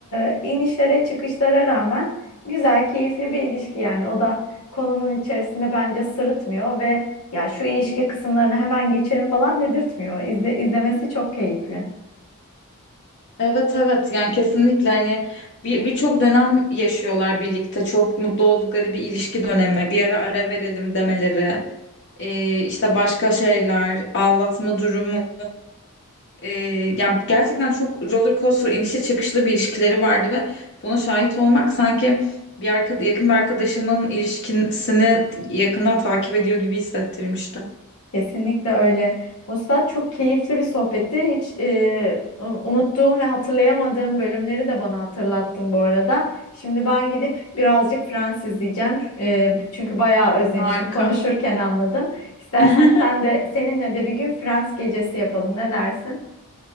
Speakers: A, on the left; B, on the left.
A: e, inişlere çıkışlara rağmen güzel keyifli bir ilişki yani o da konunun içerisinde bence sırıtmıyor ve ya şu ilişki kısımlarını hemen geçelim falan dedirtmiyor. İzle, izlemesi çok keyifli.
B: Evet evet yani kesinlikle hani bir birçok dönem yaşıyorlar birlikte. Çok mutlu oldukları bir ilişki dönemi. Bir ara ara verelim demeleri. E, işte başka şeyler, aldatma durumu. Ee, yani gerçekten çok roller coaster inişe çıkışlı bir ilişkileri vardı ve buna şahit olmak sanki bir arkada, yakın bir arkadaşımın ilişkisini yakından takip ediyor gibi hissettirmişti.
A: Kesinlikle öyle. Vuslat çok keyifli bir sohbetti. Hiç e, u- unuttuğum ve hatırlayamadığım bölümleri de bana hatırlattın bu arada. Şimdi ben gidip birazcık Friends izleyeceğim. E, çünkü bayağı özlemişim.
B: Harika.
A: Konuşurken anladım. İstersen
B: <laughs>
A: sen de seninle de bir gün Friends gecesi yapalım. Ne dersin?